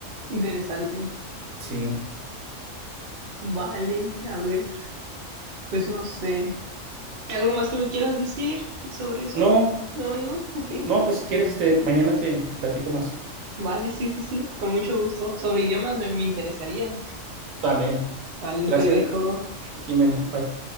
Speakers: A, on the right; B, on the right.
A: interesante.
B: sí.
A: Vale, a ver, pues no sé. ¿Algo más que me quieras decir sobre eso?
B: No,
A: No, no, ok.
B: no, pues si quieres, este, mañana te, te platico más.
A: Vale, sí, sí, sí, con mucho gusto. Sobre idiomas me, me interesaría.
B: Sale.
A: Vale,
B: Gracias,
A: te dejo.
B: Jimena. Bye.